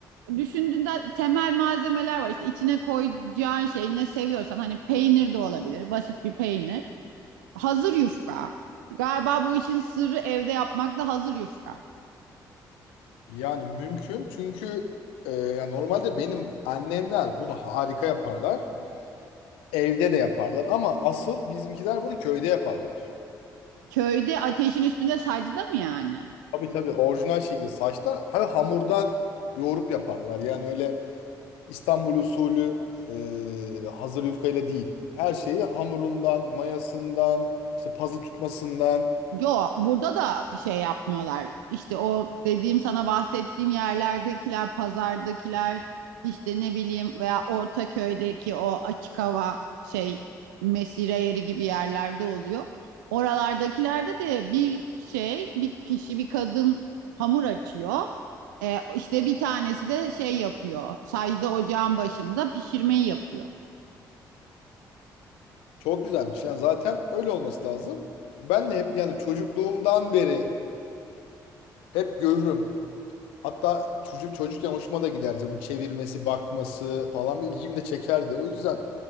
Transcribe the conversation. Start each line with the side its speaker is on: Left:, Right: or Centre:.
Right: düşündüğünde temel malzemeler var. İşte içine koyacağın şey ne seviyorsan hani peynir de olabilir. Basit bir peynir. Hazır yufka. Galiba bu işin sırrı evde yapmak da hazır yufka.
Left: Yani mümkün çünkü e, yani normalde benim annemler bunu harika yaparlar. Evde de yaparlar ama asıl bizimkiler bunu köyde yaparlar.
Right: Köyde ateşin üstünde sacda mı yani?
Left: Tabii tabii orijinal şekilde saçta hani hamurdan yoğurup yaparlar. Yani öyle İstanbul usulü e, hazır yufkayla değil. Her şeyi hamurundan, mayasından, işte pazı tutmasından
Right: Yo, burada da şey yapmıyorlar. İşte o dediğim sana bahsettiğim yerlerdekiler, pazardakiler, işte ne bileyim veya Ortaköy'deki o açık hava şey mesire yeri gibi yerlerde oluyor. Oralardakilerde de bir şey, bir kişi, bir kadın hamur açıyor. E, işte bir tanesi de şey yapıyor. Sadece ocağın başında pişirmeyi yapıyor.
Left: Çok güzelmiş. Yani zaten öyle olması lazım. Ben de hep yani çocukluğumdan beri hep görürüm. Hatta çocuk çocukken hoşuma da giderdi. Bunun çevirmesi, bakması falan ilgimi de çekerdi. O yüzden